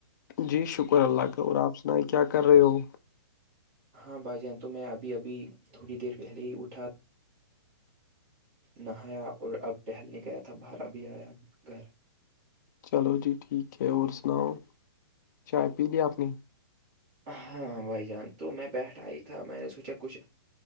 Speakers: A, on the left; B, on the right.
A: جی شکر اللہ کا اور آپ سنیں کیا کر رہے ہو
B: ہاں بھائی جان تو میں ابھی ابھی تھوڑی دیر پہلے ہی اٹھا نہایا اور اب ٹہلنے گیا تھا برا بھی آیا گھر
A: چلو جی ٹھیک ہے اور سناؤ چائے پی لیا اپنی
B: ہاں بھائی جان تو میں بیٹھا ہی تھا میں نے سوچا کچھ